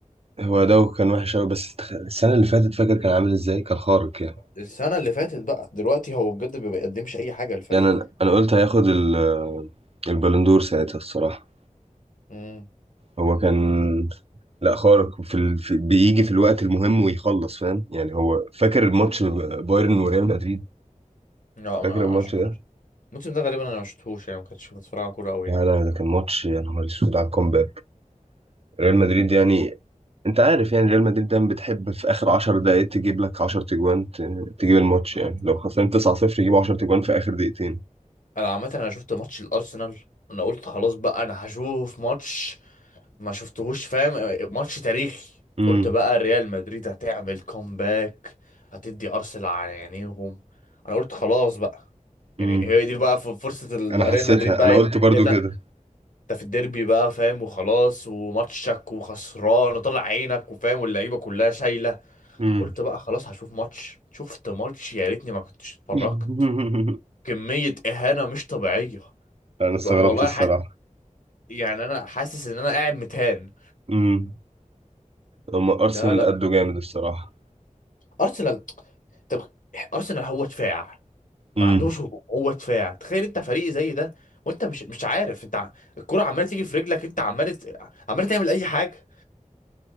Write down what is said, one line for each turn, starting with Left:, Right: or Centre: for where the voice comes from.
Right: هو ده كان وحش قوي بس تخ- السنة اللي فاتت فاكر كان عامل ازاي كان خارق يعني
Left: السنة اللي فاتت بقى دلوقتي هو بجد ما بيقدمش أي حاجة للفريق
Right: يعني انا أنا قلت هياخد ال- البالندور ساعتها الصراحة
Left: امم
Right: هو كان لا خارق في ال... في... بيجي في الوقت المهم ويخلص فاهم يعني هو فاكر الماتش بايرن وريال مدريد
Left: لا
Right: فاكر
Left: ما
Right: الماتش
Left: شفتش
Right: ده
Left: الموسم ده غالبا انا ما شفتهوش يعني ما كنتش بتفرج على كوره قوي
Right: لا
Left: يعني
Right: لا ده كان ماتش يا نهار اسود على الكومباك ريال مدريد يعني انت عارف يعني ريال مدريد دايما بتحب في اخر 10 دقائق تجيب لك 10 تجوان ت... تجيب الماتش
Left: لا
Right: يعني لو خسران 9-0 يجيبوا 10 تجوان في اخر دقيقتين
Left: انا عامه انا شفت ماتش الارسنال انا قلت خلاص بقى انا هشوف ماتش ما شفتهوش فاهم ماتش تاريخي
Right: امم
Left: قلت بقى ريال مدريد هتعمل كومباك هتدي ارسنال على عينيهم انا قلت خلاص بقى يعني
Right: امم
Left: هي دي بقى ف- فرصه ال-
Right: انا حسيتها
Left: ريال مدريد بقى
Right: انا قلت برضو
Left: هي
Right: كده
Left: انت في الديربي بقى فاهم وخلاص وماتشك وخسران وطلع عينك وفاهم واللعيبه كلها شايله
Right: امم
Left: قلت بقى خلاص هشوف ماتش شفت ماتش يا ريتني ما كنتش اتفرجت
Right: <laughs>
Left: كميه اهانه مش طبيعيه
Right: انا استغربت
Left: والله
Right: الصراحه
Left: ح... يعني انا حاسس ان انا قاعد متهان
Right: امم هما ارسنال
Left: لا لا
Right: قدوا جامد الصراحه
Left: ارسنال طب ارسنال هو دفاع ما
Right: امم
Left: عندوش هجوم هو دفاع تخيل انت فريق زي ده وانت مش مش عارف انت ع- الكرة عماله تيجي في رجلك انت عمال ت- عمال تعمل اي حاجه